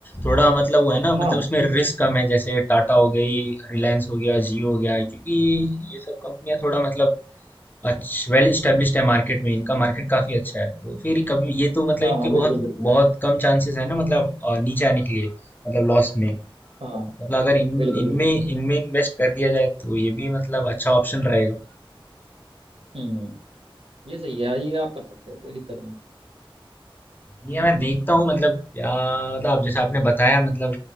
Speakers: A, on the left (about 20°); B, on the right (about 80°).
A: थोड़ा मतलब वो है ना
B: हाँ
A: मतलब उसमें रिस्क कम है जैसे टाटा हो गई रिलायंस हो गया जियो हो गया क्योंकि ये सब कंपनियां थोड़ा मतलब अच्छा वेल इस्टेब्लिश्ड है मार्केट में इनका मार्केट काफी अच्छा है तो फिर कभी ये तो मतलब
B: हाँ
A: इनके
B: हाँ बिल्कुल
A: बहुत
B: बिल्कुल बिल्कुल।
A: बहुत कम चांसेस है ना मतलब अ, नीचे आने के लिए मतलब लॉस में
B: हाँ
A: मतलब अगर इन
B: बिल्कुल
A: इनमें
B: बिल्कुल
A: इनमें इन्वेस्ट कर दिया जाए तो ये भी मतलब अच्छा ऑप्शन रहेगा
B: हम्म ये सही है ये आप कर सकते हो कोई दिक्कत नहीं
A: ये मैं देखता हूँ मतलब क्या मतलब आप जैसे आपने बताया मतलब